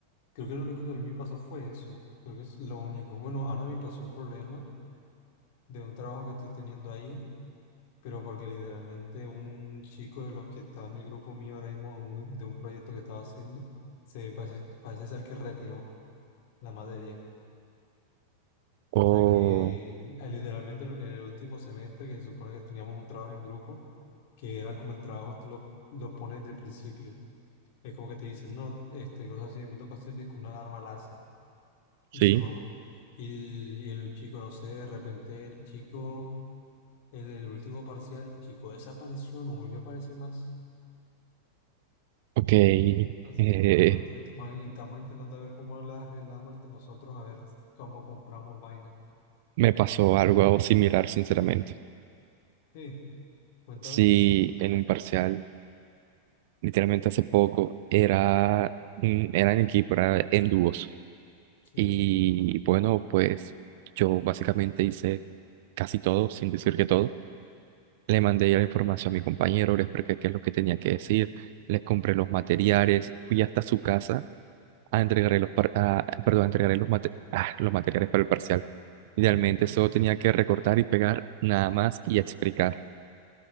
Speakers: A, on the left (about 50°); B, on the right (about 50°).
A: creo que lo único que a mí me pasó fue eso. Creo que es lo único. Bueno, ahora me pasó un problema de un trabajo que estoy teniendo ahí, pero porque literalmente un chico de los que estaba en el grupo mío ahora mismo, de un, de un proyecto que estaba haciendo, se parece, parece ser que retiró la materia.
B: Oh,
A: O sea que ah, literalmente en el último semestre que se supone que teníamos un trabajo en grupo, que era como el trabajo tú lo, lo pones desde el principio. Es como que te dicen, no, este, cosas así, me tocó hacer con una alarma láser.
B: sí,
A: Y se formó. Y, y el chico, no sé, de repente el chico, en el último parcial, el chico desapareció, no volvió a aparecer más.
B: ok.
A: Así
B: eh,
A: que bueno, no te- estamos, estamos intentando ver cómo las arreglamos entre nosotros, a ver cómo compramos vainas.
B: me pasó algo similar, sinceramente.
A: Sí, cuéntame.
B: Sí, en un parcial, literalmente hace poco, era, mm, era en equipo, era en dúos.
A: Sí,
B: Y bueno, pues yo básicamente hice casi todo, sin decir que todo. Le mandé ya la información a mi compañero, le expliqué qué es lo que tenía que decir, les compré los materiales, fui hasta su casa a entregarle los, par- a- perdón, a entregarle los, mate- ah, los materiales para el parcial. Idealmente
A: ujú,
B: solo tenía que recortar y pegar nada más y explicar.